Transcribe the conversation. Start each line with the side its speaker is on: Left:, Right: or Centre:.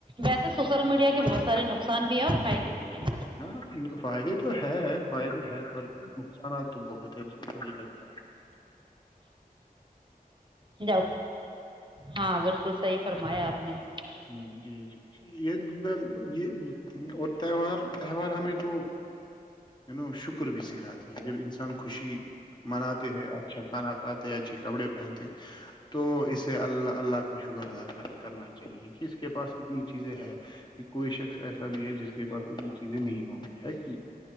Right: ویسے سوشل میڈیا
Left: <unintelligible>
Right: کے بہت سارے نقصان بھی ہیں فائدے دیئے ہیں <unintelligible>
Left: ہاں فائدے تو ہے فائدے ہے پر نقصانات تو بہت ہیضری لگتا ہے <unintelligible>
Right: جاؤ ہاں بالکل صحیح فرمایا آپ نے <unintelligible>
Left: ہ جی جی <unintelligible> ید یہ اور تہوار تہوار ہمیں تو <unintelligible> و شک <unintelligible> بھی سکھاتی ہے جب انسان خوشی <unintelligible> جی <unintelligible> مناتے ہیں اچھا کھانا کھاتے اچھی کپڑے پہنتے <unintelligible> تو اسے اللہ اللہ کا شکر ادا کر کرنا <unintelligible> ج اس کے پاس اتنی <unintelligible> چیزیں ہے کہ کوئی شخص ایسا بھی ہے جس کے پاس اتنی چیزیں نہیں ہوں گی ہے کہ